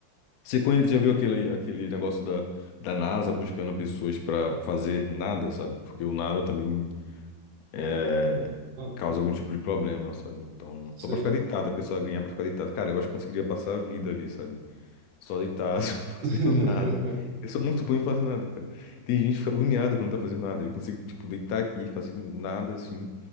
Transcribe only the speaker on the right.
Ah,
sei.
<laughs>